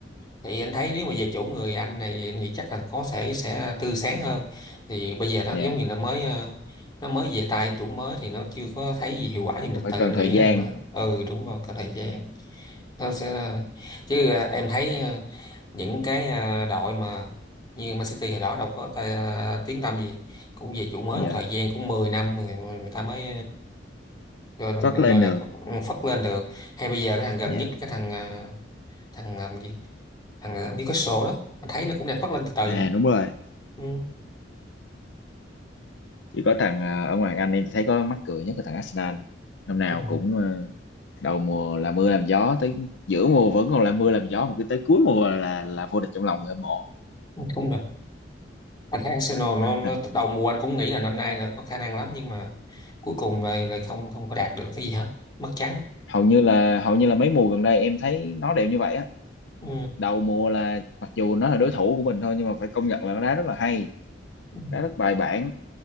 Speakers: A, on the left; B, on the left.
A: thì anh thấy nếu mà về chủ người Anh này anh nghĩ chắc là có sẽ sẽ tươi sáng hơn thì bây giờ nó
B: dạ
A: giống như nó mới ờ, nó mới về tay chủ mới thì nó chưa có thấy gì hiệu quả nhưng
B: cũng
A: từ
B: phải
A: từ
B: cần
A: anh
B: thời
A: nghĩ
B: gian
A: là nó ừ đúng rồi có thời gian nó sẽ chứ à, em thấy ờ, những cái à, đội mà như Man City hồi đó đâu có tay, à, tiếng tăm gì cũng về chủ mới
B: dạ
A: một thời gian cũng 10 năm người, người ta mới ờ, gọi,
B: phát
A: gọi
B: lên
A: gọi
B: được
A: là phất lên được hay bây giờ cái thằng gần
B: Dạ.
A: nhất cái thằng à, thằng làm gì thằng à, Newcastle đó anh thấy nó cũng đang phất lên từ từ
B: À
A: đó
B: đúng rồi,
A: ừ,
B: chỉ có thằng à, ở ngoài Anh em chỉ thấy có mắc cười nhất là thằng Arsenal. Năm nào
A: ừ,
B: cũng ờ, đầu mùa là mưa làm gió tới giữa mùa vẫn còn là mưa làm gió mà cứ tới cuối mùa là là, là vô địch trong lòng người hâm mộ.
A: đúng rồi anh thấy Arsenal nó, nó
B: À,
A: đầu mùa anh cũng nghĩ là năm nay nó có khả năng lắm nhưng mà cuối cùng lại lại không không có đạt được cái gì hết mất trắng
B: Hầu như là hầu như là mấy mùa gần đây em thấy nó đều như vậy á.
A: ừ,
B: Đầu mùa là mặc dù nó là đối thủ của mình thôi nhưng mà phải công nhận là nó đá rất là hay,
A: ừ,
B: đá rất bài bản,